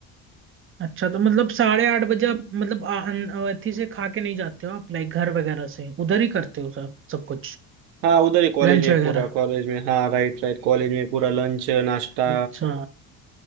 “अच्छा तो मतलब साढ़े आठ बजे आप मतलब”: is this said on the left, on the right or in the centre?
Right